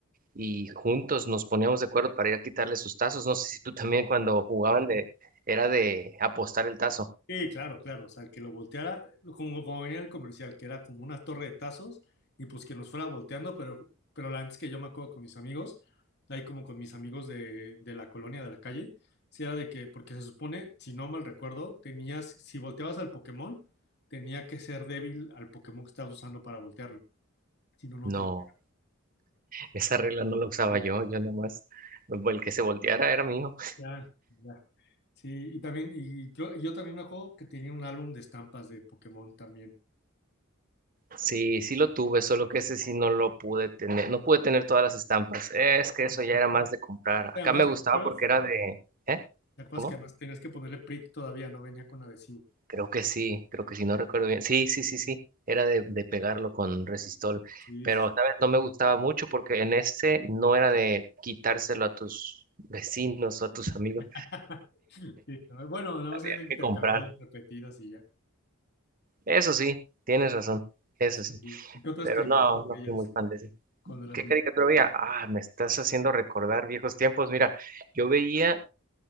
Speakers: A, on the right; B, on the left.
A: y juntos nos poníamos de acuerdo para ir a quitarle sus tazos. No sé si tú también cuando jugaban de, era de apostar el tazo.
B: Sí, claro, claro. O sea, que lo volteara, como, como venía el comercial, que era como una torre de tazos, y pues que nos fuera volteando, pero, pero la antes que yo me acuerdo con mis amigos, ahí como con mis amigos de, de la colonia, de la calle, si era de que, porque se supone, si no mal recuerdo, tenías, si volteabas al Pokémon, tenía que ser débil al Pokémon que estabas usando para voltearlo. Si no, no
A: No,
B: te lo.
A: esa regla no la usaba
B: Sí,
A: yo, yo nomás, el que se volteara era mío.
B: Ya, ya. Sí, y también, y creo- yo también me acuerdo que tenía un álbum de estampas de Pokémon también.
A: Sí, sí lo tuve, solo que ese sí no lo pude tener, no pude tener todas las estampas. Es que
B: Sí, me
A: eso
B: acuerdo.
A: ya era más de comprar. Acá
B: Además,
A: me gustaba
B: ¿te acuerdas?
A: porque era de, ¿eh?
B: ¿Te acuerdas
A: ¿Cómo?
B: que además tenías que ponerle prick todavía? No venía con adhesivo.
A: Creo que sí, creo que sí, no recuerdo bien. Sí, sí, sí, sí, era de, de pegarlo con resistol,
B: Sí,
A: pero,
B: sí. sí.
A: ¿sabes? No me gustaba mucho porque en este no era de quitárselo a tus vecinos o a tus amigos.
B: <laughs> Sí, no, Bueno, nada más
A: Había
B: era intercambiar
A: que comprar.
B: las repetidas y ya.
A: Eso sí, tienes razón, eso
B: Sí.
A: sí,
B: ¿Y ¿Qué otras
A: pero
B: caricaturas
A: no, no
B: veías
A: fui muy fan de ese.
B: cuando eras
A: ¿Qué
B: niño?
A: caricatura veía? Ah, me estás haciendo recordar viejos tiempos. Mira, yo veía,